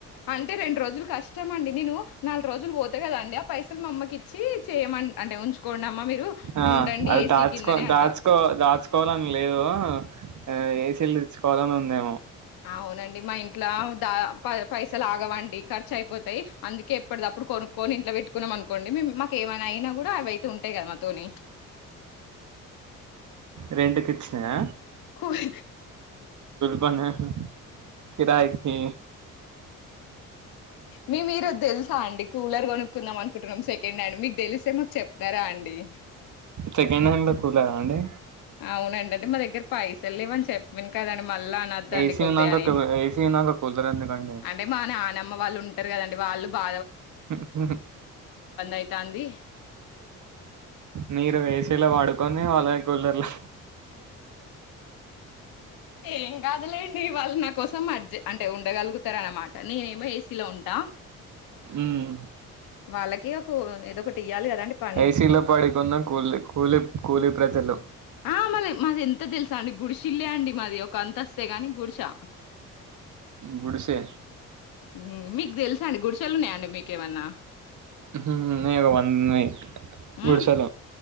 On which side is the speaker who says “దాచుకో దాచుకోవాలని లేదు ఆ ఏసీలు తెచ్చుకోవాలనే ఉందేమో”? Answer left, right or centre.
Right